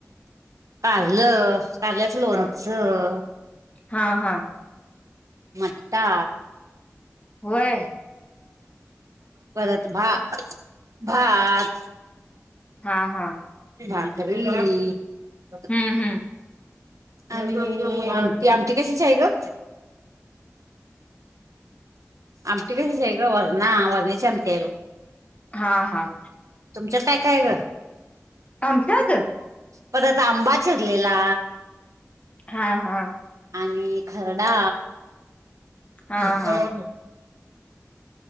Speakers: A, on the right (about 80°); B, on the left (about 25°).
A: कारलं कारल्याच लोणचं.
B: हा हा.
A: मट्टा
B: व्हय.
A: परत भा भात.
B: हा हा.
A: <unintelligible>
B: हम हम.
A: आणि आम आमटी कशाची आहे ग? आमटी कशाची आहे गं? वरणा वरण्याची आमटी हाय बग.
B: हा, हा‌.
A: तुमच्यात काय काय हाय गं?
B: आमच्याात
A: परत आंबा चिरलेला
B: हा, हा.
A: आणि खरडा.
B: हा
A: ह, ह
B: हा